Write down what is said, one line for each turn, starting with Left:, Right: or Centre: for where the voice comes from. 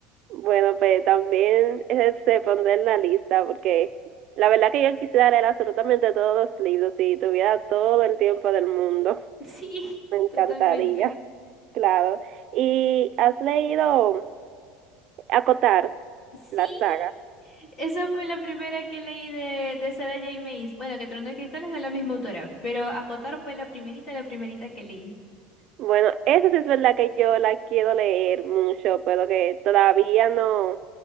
Right: Bueno, pues también eh, se pondrá en la lista porque la verdad que yo quisiera leer absolutamente todos los libros si tuviera todo el tiempo del mundo.
Left: <laughs> Sí,
Right: Me encantaría,
Left: totalmente.
Right: claro. ¿Y has leído Acotar,
Left: Sí.
Right: la saga?
Left: Esa fue la primera que leí de, de Sarah J. Maas. Bueno, que Trono de Cristal es de la misma autora, pero Acotar fue la primerita, la primerita que leí.
Right: Bueno, eso sí es verdad que yo la quiero leer mucho, pero que todavía no,